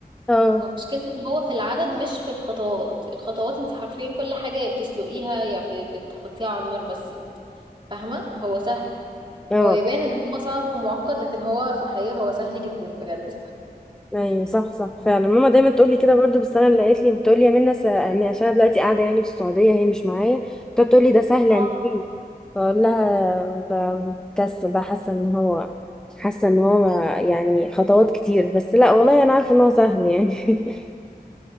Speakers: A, in the centre; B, on the right.
A: اه
B: مشكلتي ان هو في العدد مش في الخطوات الخطوات انت حرفيا كل حاجة يا بتسلقيها يا ب- بتحطيها على النار بس فاهمة هو سهل
A: اه
B: هو يبان ان هو صعب ومعقد لكن هو في الحقيقة هو سهل جدا بجد
A: ايوه صح صح فعلا ماما دايما تقول لي كده برضو بس انا اللي قالت لي بتقول لي يا منى س- يعني عشان انا دلوقتي قاعده يعني في السعوديه هي مش معايا بتقعد تقول لي ده سهل
B: اه
A: اعمليه بقول لها بكسل بقى حاسه ان هو حاسه ان هو يعني خطوات كتير بس لا والله انا عارفه ان هو سهل يعني <laughs>